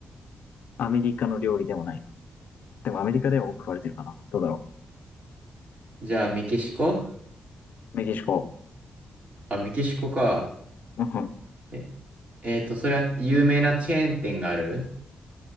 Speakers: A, on the left; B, on the right.
A: アメリカの料理でもない。でもアメリカでは多く食われてるかな。どうだろ
B: じゃあメキシコ
A: う。メキシコ。
B: あ、メキシコか。
A: うん、
B: え、えーっと、それは有名なチェーン店がある